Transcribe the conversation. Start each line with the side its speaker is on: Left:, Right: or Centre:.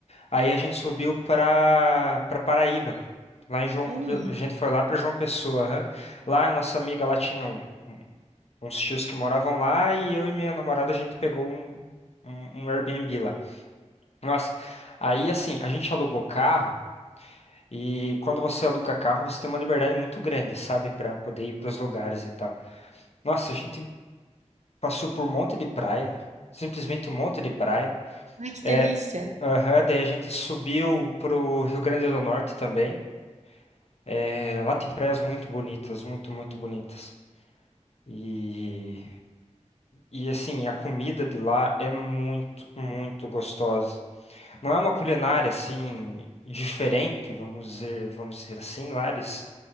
Left: Aí a gente subiu para para Paraíba. Lá em João,
Right: É um li
Left: Pe- a gente foi lá para João Pessoa, aham. Lá a nossa amiga lá tinha um- um- uns tios que moravam lá e eu e minha namorada a gente pegou um um, um Airbnb lá. Nossa, aí assim, a gente alugou carro E quando você aluga carro, você tem uma liberdade muito grande, sabe, para poder ir para os lugares e tal. Nossa, a gente passou por um monte de praia, simplesmente um monte de praia.
Right: ai, que
Left: É,
Right: delícia.
Left: aham, daí a gente subiu pro Rio Grande do Norte também. É, lá tem praias muito bonitas, muito, muito bonitas. E, e assim, a comida de lá é muito, muito gostosa. Não é uma culinária assim diferente, vamos dizer, vamos dizer assim, Lares.